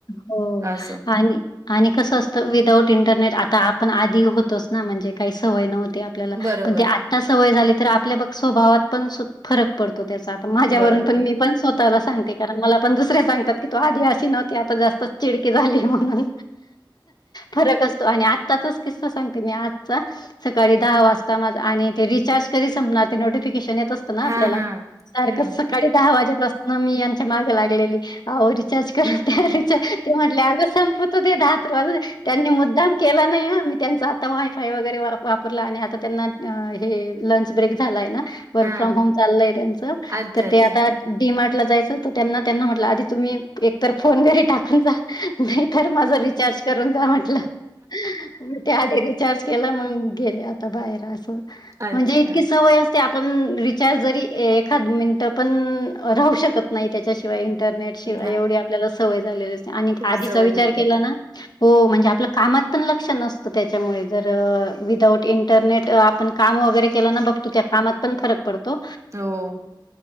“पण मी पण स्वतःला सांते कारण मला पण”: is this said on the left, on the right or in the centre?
Left